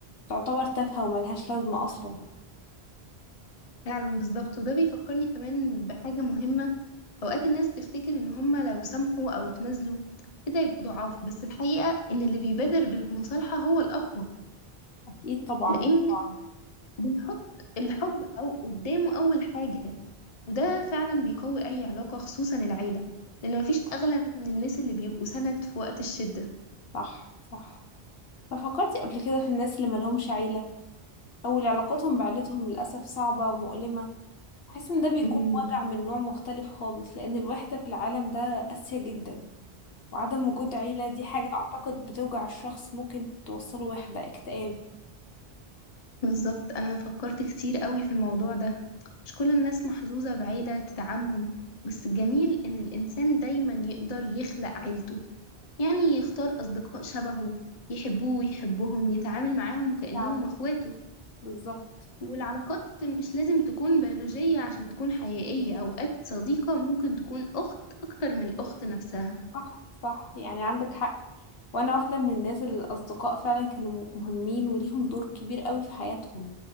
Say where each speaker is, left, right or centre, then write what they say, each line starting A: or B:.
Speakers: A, on the left; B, on the left.
A: تعتبر تافهه وملهاش لازمه اصلا
B: فعلا بالظبط وده بيفكرني كمان بحاجة مهمة أوقات الناس بتفتكر إن هما لو سامحوا أو اتنازلوا كده يبقوا ضعاف بس الحقيقة إن اللي بيبادر بالمصالحة هو الأقوى
A: اكيد طبعا
B: لأن
A: طبعا
B: بيحط الحب أو قدامه أول حاجة وده فعلا بيقوي أي علاقة خصوصا العيلة لأن مفيش أغلى من الناس اللي بيبقوا سند في وقت الشدة
A: صح صح ففكرتي قبل كده في الناس اللي ملهمش عيله أول علاقتهم بعيلتهم للأسف صعبة ومؤلمة بحس إن ده بيكون
B: امم
A: وجع من نوع مختلف خالص لأن الوحدة في العالم ده قاسية جدا وعدم وجود عيلة دي حاجة أعتقد بتوجع الشخص ممكن توصله وحدة اكتئاب
B: بالظبط انا فكرت كتير قوي في الموضوع ده مش كل الناس محظوظة بعيلة تدعمهم بس الجميل ان الانسان دايما يقدر يخلق عيلته يعني يختار اصدقاء شبهه يحبوه ويحبهم يتعامل معاهم كأنهم
A: فعلا
B: اخواته
A: بالظبط
B: والعلاقات مش لازم تكون بيولوجية عشان تكون حقيقية اوقات صديقة ممكن تكون اخت اكتر من الاخت نفسها
A: صح صح يعني عندك حق وأنا واحدة من الناس اللي الأصدقاء فعلا كانوا مهمين وليهم دور كبير قوي في حياتهم